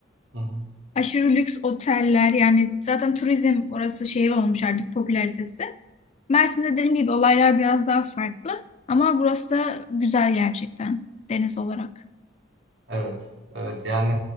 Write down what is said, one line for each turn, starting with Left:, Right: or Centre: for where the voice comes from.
Right: hı hı.
Left: aşırı lüks oteller yani zaten turizm orası şey olmuş artık popülaritesi. Mersin'de dediğim gibi olaylar biraz daha farklı. Ama burası da güzel gerçekten deniz olarak.
Right: Evet, evet. Yani,